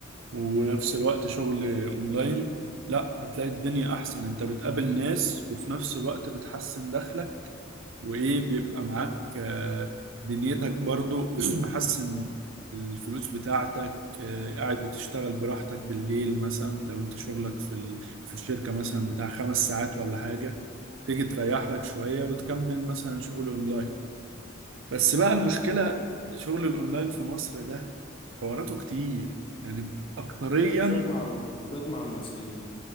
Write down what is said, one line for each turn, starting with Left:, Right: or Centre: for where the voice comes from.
Right: ونفس الوقت شغل اونلاين لا هتلاقي الدنيا احسن انت بتقابل ناس وفي نفس الوقت بتحسن دخلك وايه بيبقى معاك آه، دنيتك برضو <clears throat> محسن الفلوس بتاعتك آه، قاعد بتشتغل براحتك بالليل مثلا لو انت شغلك في ال... في الشركة مثلا بتاع خمس ساعات ولا حاجة تيجي تريح لك شوية وتكمل مثلا شغل اونلاين بس بقى المشكلة
Left: آه،
Right: شغل الاونلاين في مصر ده حواراته كتير يعني اكتريا
Left: بالذات مع الم- بالذات مع المصريين